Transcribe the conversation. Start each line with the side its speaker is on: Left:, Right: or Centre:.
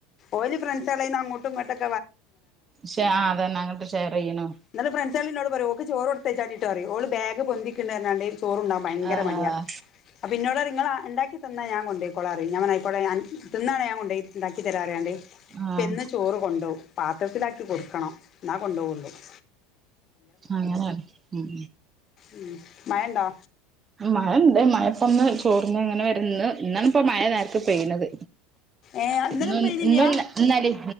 Left: ഓല് ഫ്രണ്ട്സാളേന്ന് അങ്ങോട്ടും ഇങ്ങോട്ടൊക്
Right: ശേ അ അതന്നെ അങ്ങോട്ട് ഷെയർ ചെയ്യണു
Left: ഇന്നൾ ഫ്രണ്ട്സാളിന്നോട് പറിം ഓക്ക്‌ ചോറൊട്- ത്തയ്ച്ഛാൺടിട്ടോ ഓള് ബാഗ് ഗ് പൊന്തിക്ക്ണ്ണ്ട് പർഞാണ്ട് ചോറോണ്ടോവാൻ ഭയങ്കര
Right: ആഹ്
Left: മടിയാ അപ്പൊന്നോട് റിയും ങ്ങള് ആ ഇണ്ടാക്കി തന്നാ ഞാൻ കൊണ്ടോയിക്കോളാറിയും ഞൻ പറയും ആയ്കോട്ടെ ഞാൻ തിന്നാണെ ഞാൻ കൊണ്ടോയ് ഉണ്ടാക്കി തരാറിയാണ്ടേ ഇപ്പെന്നും
Right: ആഹ്
Left: ചോറ് കൊണ്ടവും പാത്രത്തിലാക്കി കൊടുക്കണം ന്നാ. കൊണ്ടോവുള്ളൂ കൊ
Right: അങ്ങനെ ഉം
Left: ഉം മഴണ്ടോ
Right: ഉം മഴ ണ്ട് മഴപ്പം ന്ന് ചോർന്ന് ങ്ങനെ വരന്ന് ഇന്നാണ് ഇപ്പ മഴ നേര്ക്ക് പെയ്യണത്
Left: ഏഹ് ഇന്നലൊന്നും
Right: ഇന്നും
Left: പെയ്തില്ല
Right: ന്നും ന്നലിം